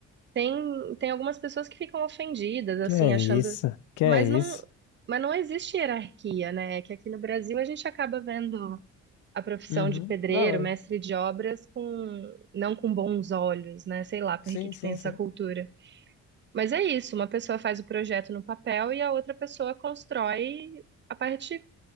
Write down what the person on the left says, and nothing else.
Que é
isso? Que
é isso?
Uhum.
Não, é.
Sim,
sim,
sim.